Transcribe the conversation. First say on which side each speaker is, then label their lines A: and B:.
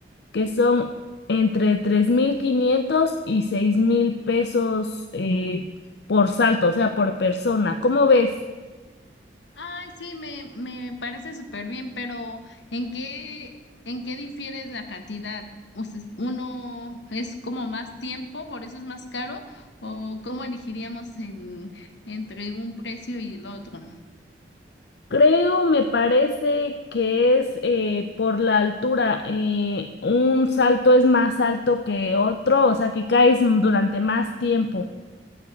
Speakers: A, on the left; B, on the left.
A: que son entre 3.500 y 6.000 pesos eh, por salto, o sea, por persona. ¿Cómo ves?
B: Ay, sí, me, me parece súper bien, pero ¿en qué, en qué difiere la cantidad? O sea, ¿Uno es como más tiempo, por eso es más caro? ¿O cómo elegiríamos en- entre un precio y el otro?
A: Creo, me parece que es eh, por la altura. eh, un salto es más alto que otro, o sea que caes durante más tiempo. <laughs>